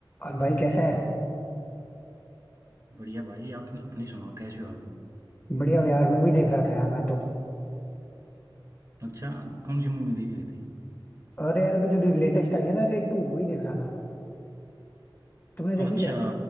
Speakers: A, on the left; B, on the right.
A: और भाई कैसा है
B: बढ़िया भाई आप अपनी सुनाओ कैसे हो आप
A: बढ़िया हो यार मूवी देख रहा था यार मैं तो
B: अच्छा कौन सी मूवी देख रहे थे
A: अरे यार अभी जो लेटेस्ट आई है ना रेड टू वही देख रहा था तुमने देखी
B: अच्छा
A: क्या